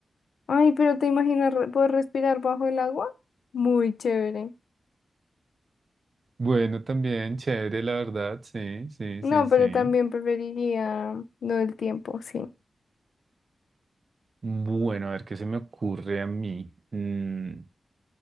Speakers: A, on the left; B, on the right.
A: Ay, pero ¿te imaginas re- poder respirar bajo el agua? Muy chévere.
B: Bueno, también chévere, la verdad, sí, sí,
A: No,
B: sí,
A: pero
B: sí.
A: también preferiría lo del tiempo, sí.
B: Bueno, a ver qué se me ocurre a mí. Mm.